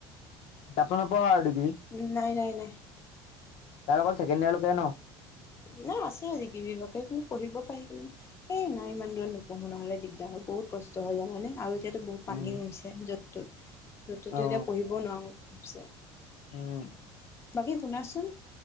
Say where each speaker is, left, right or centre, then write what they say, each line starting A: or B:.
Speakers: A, on the left; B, on the left.
A: তাপ নপ আৰু ডিগ্ৰী
B: উম, নাই, নাই, নাই।
A: তাৰ অকল ছেকেণ্ড ইয়াৰ লকে ন?
B: নাই আছে ডিগ্ৰীলৈকে কিন্তু পঢ়িব পাৰি কিন্তু এ নাই ইমান দূৰত নপঢ়ো নহলে দিগদাৰ বহুত কষ্ট হয় জানানে আৰু এতিয়াতো বহুত পানী
A: উম
B: হৈছে য'ত তত, য'ত ততো
A: অ
B: এতিয়া পঢ়িবও নোৱাৰো ঘপচে।
A: উম
B: বাকী শুনাচোন